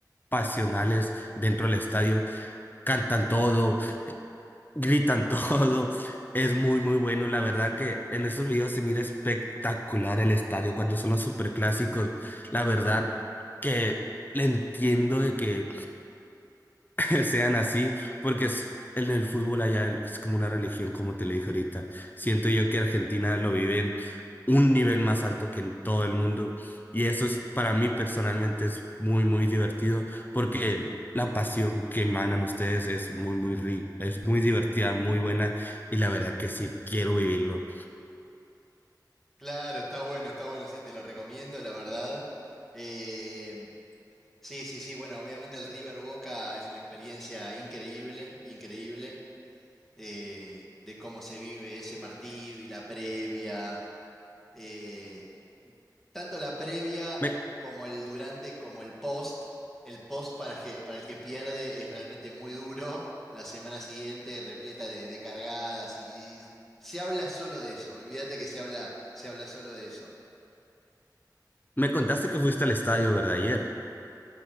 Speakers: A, on the left (about 25°); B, in the centre.
A: pasionales dentro del estadio, cantan todo, gritan <laughs> todo. Es muy, muy bueno. La verdad que en estos videos se mira espectacular el estadio cuando son los superclásicos. La verdad que le entiendo de que <laughs> sean así, porque es, en el fútbol allá el- es como una religión, como te lo dije ahorita. Siento yo que Argentina lo vive en un nivel más alto que en todo el mundo y eso es para mí personalmente es muy, muy divertido porque el- la pasión que emanan ustedes es muy, muy rica, es muy divertida, muy buena y la verdad que sí, quiero vivirlo.
B: Claro, está bueno, está bueno, sí, te lo recomiendo, la verdad. Eh, Sí, sí, sí, bueno, obviamente el River Boca es una experiencia increíble, increíble, eh, de cómo se vive ese partido y la previa, eh, tanto la previa
A: Me,
B: como el durante, como el post. El post para, que, para el que pierde es realmente muy duro, la semana siguiente repleta de, de cargadas y, y se habla solo de eso, olvídate que se habla, se habla solo de eso.
A: me contaste que fuiste al estadio, ¿verdad? Ayer.